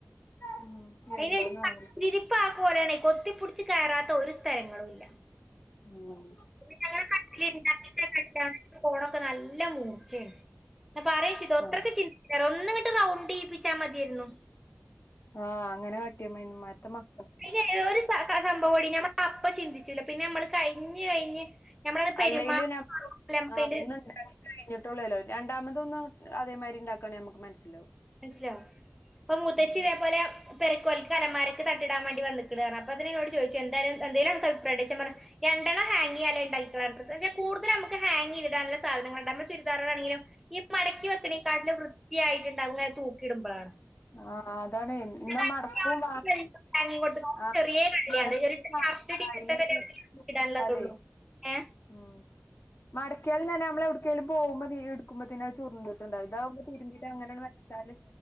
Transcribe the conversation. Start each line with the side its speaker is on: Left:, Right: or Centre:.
Left: ഉം
Centre: അതിന്
Left: എന്താന്നാവോ
Centre: ഡി <unintelligible> കൊത്തിപ്പിടിച്ച് കയറാത്ത ഒരു സ്ഥലങ്ങളും ഇല്ല
Left: ഉം
Centre: ഞങ്ങുടെ കട്ടില് <unintelligible> കോണൊക്കെ നല്ല മൂർച്ചേണ് ഞാൻ പറിയിംചെയ്തു അത്രക്ക്
Left: ആഹ്
Centre: ചിന്തിച്ച്ല ഒന്നുംങ്ങട്ട് റൗണ്ട് ചെയ്യിപ്പിച്ചാ മതിയായിരുന്നു.
Left: ആഹ് അങ്ങനെ കട്ട്യാമ്മതിനു ഇമ്മാരി മക്ക
Centre: ഏതോ രു ക്ക സംഭവം ടി ഞമ്മ അപ്പൊ ചിന്തിച്ചൂല്ല പിന്നെ നമ്മള് കഴിഞ്ഞ് കഴിഞ്ഞ് ഞമ്മളത് പെരുമാ
Left: അല്ലെങ്കിലും ഞമ്മള് <unintelligible>
Centre: നമുക്ക്
Left: ആഹ്
Centre: അതിന്റെ
Left: ഒന്നിണ്ടാക്കി കഴിഞ്ഞിട്ടുള്ളല്ലോ രണ്ടാമത് ഒന്ന് അതേമാതിരി ഇണ്ടാക്കാണേ നമുക്ക് മനസ്സിലാവും
Centre: മനസിലവും പ്പൊ മൂത്തച്ചി
Left: ഉം
Centre: തേ പ്പൊല പേരക്ക് ഓൽക്ക് അലമാരക്ക് തട്ട്ട്ടാൻ വേണ്ടി വന്ന്ക്ക്ണ്റഞ്ഞ് അപ്പതിന് എന്നോട് ചോയിച്ചു എന്താണ് എന്തേലും അനക്ക് അഭിപ്രായണ്ടോയിച്ചു ഞാ പറഞ്ഞ് രണ്ടെണ്ണം ഹാങ്യ്യാലെ ഇണ്ടായിട്ടൊള്ള് എന്താച്ചാ കൂടുതല് നമ്മക്ക് ഹാങ്യ്തിടാന് ള്ള സാധനങ്ങള്ണ്ട് നമ്മടെ ചുരിദാറ്കളാണെങ്കിലും ഈ മടക്കി വെക്ണേ കാട്ടിലും വൃത്തിയായിട്ടുണ്ടവല്ലോ അ തൂക്കി ഇടുമ്പേ
Left: ആ അതാണ് എന്നാ
Centre: ഇന്റെതാണങ്കിലോ
Left: മടക്കും വാ
Centre: <inaudible> അരീക്കോട്ട്ന്ന് ഓക്ക്
Left: ആ
Centre: ചെറ്യേ കള്ളിയത്
Left: മടക്കും
Centre: <unintelligible>
Left: വാണ്ട
Centre: കറ് <unintelligible>
Left: അയില് തൂക്കിട്ടാലേ
Centre: ഇടാന്ള്ളതൊള്ളൂ ഏഹ്
Left: ഉം മടക്കിയാലും തന്നെ നമ്മള് എവിടുക്കേലും പോകുമ്പോ ന്നീ യിട് ട്ക്കുമ്പത്തിനും അത് ചുർണ്ട്ട്ട്ണ്ടാവും ഇതാവുമ്പോ തിരുമ്പീട്ട് അങ്ങനെയാണ്ട് വെച്ചാല്